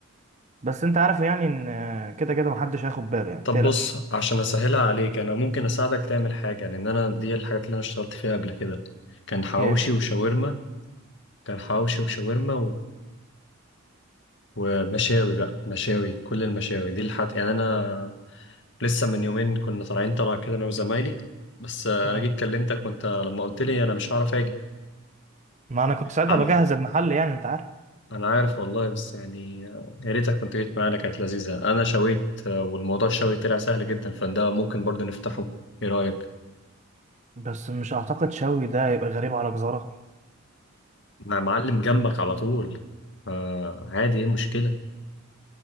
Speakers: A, on the right (about 35°); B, on the left (about 60°).
A: بس انت عارف يعني ان كده كده محدش هياخد باله يعني
B: طب
A: متقلقش
B: بص عشان اسهلها عليك انا ممكن اساعدك تعمل حاجه لان انا دي الحاجات اللي انا اشتغلت فيها قبل كده كان حواوشي
A: ايه
B: وشاورما كان حواوشي وشاورما ومشاوي بقى مشاوي كل المشاوي دي الحاجات يعني انا لسه من يومين كنا طالعين طلع كده انا وزمايلي بس آه،
A: مم.
B: انا جيت كلمتك وانت لما قلت لي انا مش هعرف اجي
A: ما انا كنت ساعتها
B: عم...
A: بجهز المحل يعني انت عارف
B: انا عارف والله بس يعني آه، يا ريتك كنت جيت معانا كانت لذيذة انا شويت آه، والموضوع الشوي طلع سهل جدا فده ممكن برضه نفتحه ايه رأيك
A: بس مش اعتقد شوي ده يبقى غريب على جزارة
B: مع معلم جنبك على طول آه عادي ايه المشكلة